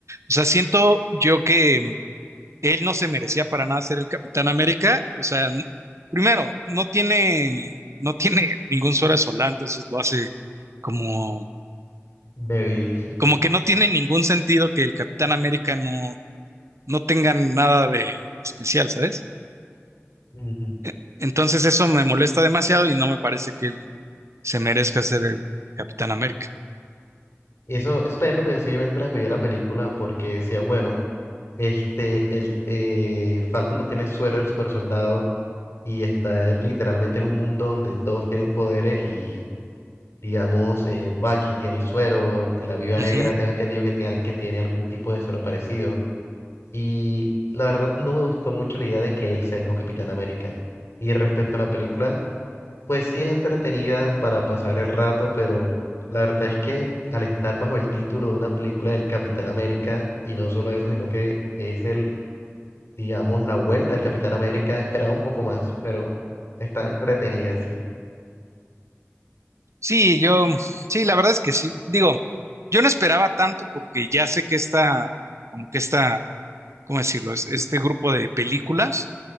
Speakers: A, on the right; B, on the left.
A: O sea, siento yo que él no se merecía para nada ser el Capitán América. O sea, n- primero, no tiene, no tiene ningún suero de soldado, entonces lo hace como
B: Débil.
A: como que no tiene ningún sentido que el Capitán América no, no tenga nada de especial, ¿sabes?
B: Ujú.
A: E- Entonces eso me molesta demasiado y no me parece que él se merezca ser el Capitán América.
B: Y eso, eso también lo pensé yo mientras veía la película, porque decía, bueno, este, el eh, Falcon no tiene suero del super soldado y está en- literalmente en un mundo donde todos tienen poderes y, digamos, eh, Bucky tiene el suero, la Viuda
A: Ujú.
B: Negra, tengo entendido que tiene, al- que tiene algún tipo de suero parecido. Y la verdad no me gustó mucho la idea de que él sea el nuevo Capitán América. Y respecto a la película, pues sí es entretenida para pasar el rato, pero la verdad es que al estar bajo el título de una película del Capitán América, y no solo eso, sino que es el, digamos, la vuelta del Capitán América, esperaba un poco más, pero está entretenida, sí.
A: Sí, yo, sí, la verdad es que sí. Digo, yo no esperaba tanto porque ya sé que esta, como que esta ¿cómo decirlo? Es- Este grupo de películas